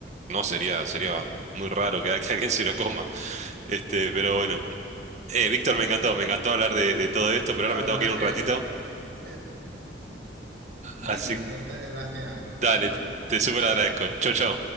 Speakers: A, on the right; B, on the right.
A: no sería, sería muy raro que, <laughs> a- que alguien se lo coma. Este, pero bueno. Eh, Víctor,
B: Sí,
A: me encantó, me encantó hablar de, de todo esto, pero
B: la
A: ahora me
B: verdad
A: tengo que ir un
B: es
A: ratito.
B: que eh, pues muy
A: Así
B: bien. Entonces,
A: que
B: gracias.
A: dale,
B: Eh, bueno,
A: te súper agradezco. Chau, chau.